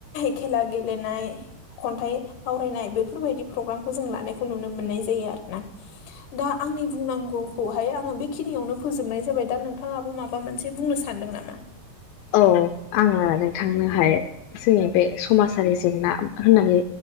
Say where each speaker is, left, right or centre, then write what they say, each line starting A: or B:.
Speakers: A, on the left (about 65°); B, on the left (about 85°).
A: खेला गेलेनाय खन्थाइ आवरायनाय बेफोरबायदि प्रग्रामखौ जों लानायखौ नुनो मोननाय जायो आरो ना दा आंनि बुंनांगौखौहाय आङो बेखिनियावनो फोजोबनाय जाबाय दा नोंथाङाबो माबा मोनसे बुंनो सान सान्दों नामा
B: औ आङो नोंथांनोहाय जोंनि बे समाजारि जेंना होननानै